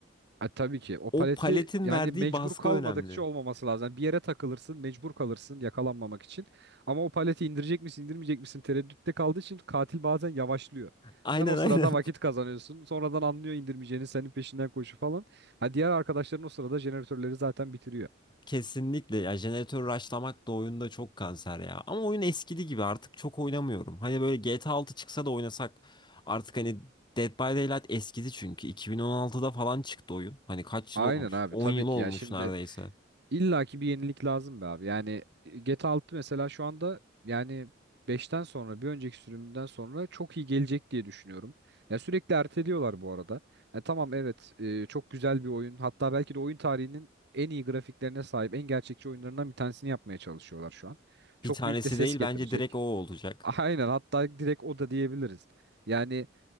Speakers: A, on the right (about 60°); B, on the left (about 25°).
A: Ha, tabii ki o paleti
B: O paletin
A: yani
B: verdiği
A: mecbur
B: baskı
A: kalmadıkça
B: önemli.
A: olmaması lazım. Yani bir yere takılırsın, mecbur kalırsın yakalanmamak için. Ama o paleti indirecek misin, indirmeyecek misin tereddütte kaldığı için katil bazen yavaşlıyor.
B: Aynen
A: Sen o sırada
B: aynen.
A: vakit kazanıyorsun. Sonradan anlıyor indirmeyeceğini, senin peşinden koşu falan. Ha diğer arkadaşların o sırada jeneratörleri zaten bitiriyor.
B: <laughs> Kesinlikle ya jeneratör rushlamak da oyunda çok kanser ya. Ama oyun eskidi gibi artık çok oynamıyorum. Hani böyle GTA 6 çıksa da oynasak artık hani Dead by Daylight eskidi çünkü. 2016'da falan çıktı oyun. Hani kaç
A: Aynen
B: yıl olmuş?
A: abi
B: 10
A: tabii
B: yıl
A: ki
B: olmuş
A: ya şimdi
B: neredeyse.
A: illaki bir yenilik lazım be abi. Yani e, GTA 6 mesela şu anda yani beşten sonra bir önceki sürümünden sonra çok iyi gelecek diye düşünüyorum. Ya sürekli erteliyorlar bu arada. Ha tamam evet e, çok güzel bir oyun. Hatta belki de oyun tarihinin en iyi grafiklerine sahip en gerçekçi oyunlarından bir tanesini yapmaya çalışıyorlar şu an. Çok
B: Bir tanesi
A: büyük de ses
B: değil
A: getirecek.
B: bence direkt o olacak.
A: <laughs> Aynen hatta direkt o da diyebiliriz. Yani